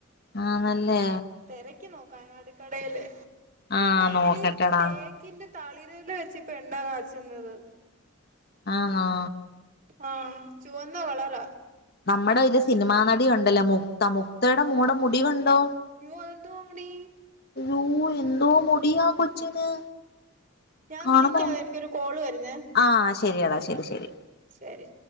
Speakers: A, on the left; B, on the right.
A: ആണല്ലേ
B: തെരക്കി നോക്ക് അങ്ങാടി കടയിലെ,
A: ആഹ് നോക്കട്ടെടാ
B: പിന്നെ ഈ തേക്കിന്റെ തളിരല് വെച്ച് ഇപ്പ എണ്ണ കാച്ചിന്നത്
A: ആണോ?
B: ആഹ് ചുവന്ന കളറ
A: നമ്മടെ ഒര് സിനിമാ നടി ഉണ്ടല്ലോ മുക്ത, മുക്തയുടെ മോടെ മുടി കണ്ടോ?
B: യ്യോ അത് എന്തുവ മുടി?
A: അയ്യോ എന്തോ മുടിയാ കൊച്ചിന്
B: ഞാൻ
A: കാണുമ്പോ
B: വിളിക്കാവെ എനിക്കൊരു കോള് വരുന്നേ
A: ആ ശരിയടാ ശരി ശരി
B: ശരി